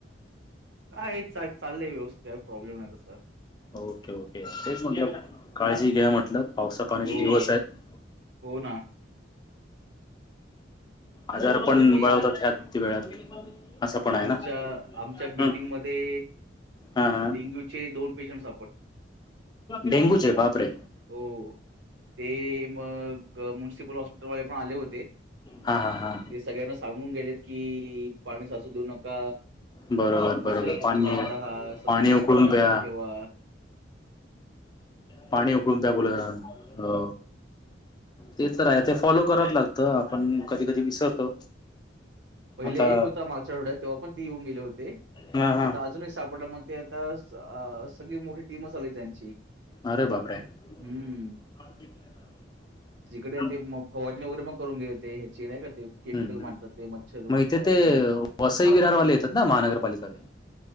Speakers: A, on the right; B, on the left.
A: काय चाललंय व्यवस्थित काय प्रॉब्लेम नाही तसा
B: ओके ओके तेच म्हटलं काळजी घ्या म्हटलं पावसा पाण्याचे
A: हो,
B: दिवस आहेत
A: हो ना.
B: आजार पण
A: बाकी
B: बळवतात ह्यात वेळात असं पण आहे
A: आमच्या
B: ना
A: आमच्या बिल्डिंगमध्ये
B: हम्म हा हा.
A: डेंग्यूचे दोन पेशंट्स
B: डेंगूचे बापरे
A: हो. ते मग मुनसिपल हॉस्पिटलवाले पण आले होते
B: हा हा हा
A: ते सगळ्यांना सांगून गेलेत कि पाणी साचू देऊ नका
B: बरोबर बरोबर
A: मच्छरांपासून
B: पाणी
A: लांब राहा संध्याकाळ
B: पाणी उकळून
A: खिडक्या
B: प्या
A: बंद ठेवा
B: पाणी उकळून प्या बोलत हो ते तर आहे ते, फॉलो कराव लागतं आपण. कधी कधी विसरतो
A: पहिले
B: आता.
A: <unintelligible> तेव्हा पण ते येऊन गेली होती,
B: हा हा
A: आता अजून एक सापडला मग त्या त्यावेळेस अं.. सगळी मोठी टीमच आली आमची.
B: अरे बापरे.
A: हम्म.
B: <inaudible>
A: तिकडे
B: हम्म
A: ते मग फवारनी वगैरे, मग करून घ्यायचे हेचे नाही का. ते केमिकल
B: हम् हम्
A: मारतात ते मच्छर हो.
B: मग इथे ते वसई विरारवाले येतात ना, महानगरपालिकेवाले.